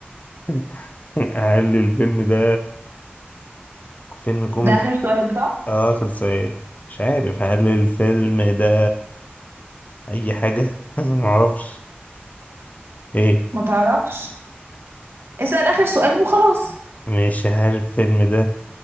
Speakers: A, on the left; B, on the right.
A: <laughs> هل الفيلم ده فيلم كوميدي
B: ده آخر سؤال صح
A: آخر سؤال مش عارف هل الفيلم ده أي حاجة؟ <laughs> معرفش إيه
B: ما تعرفش اسأل آخر سؤال وخلاص
A: مش هل الفيلم ده